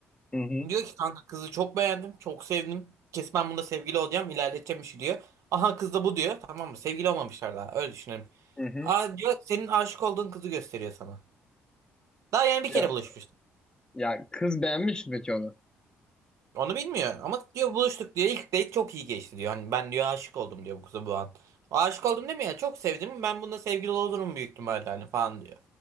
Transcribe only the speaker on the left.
Hı hı.
Hı hı.
Ya,
ya kız beğenmiş mi peki onu?